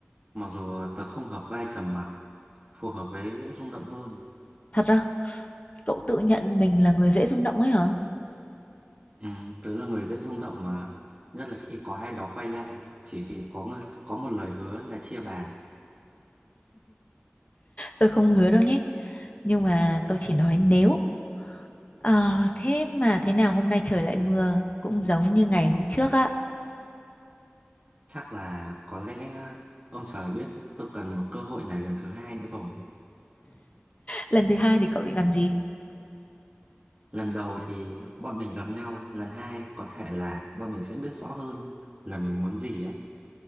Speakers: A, on the right; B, on the left.
A: Mặc dù ờ, tớ không hợp vai trầm mặc, phù hợp với lễ rung động hơn.
B: Thật á, cậu tự nhận mình là người dễ rung động ấy hả?
A: Ừ, tớ là người dễ rung động mà, nhất là khi có ai đó quay lại chỉ vì có ng- có một lời hứa là chia bàn.
B: Tôi không hứa đâu nhé. Nhưng mà tôi chỉ nói nếu Ờ, thế mà thế nào hôm nay trời lại mưa cũng giống như ngày hôm trước á.
A: Chắc là có lẽ ờ, ông trời biết tôi cần một cơ hội này lần thứ hai nữa rồi.
B: Lần thứ hai thì cậu định làm gì?
A: Lần đầu thì bọn mình gặp nhau, lần hai có thể là bọn mình sẽ biết rõ hơn là mình muốn gì ấy.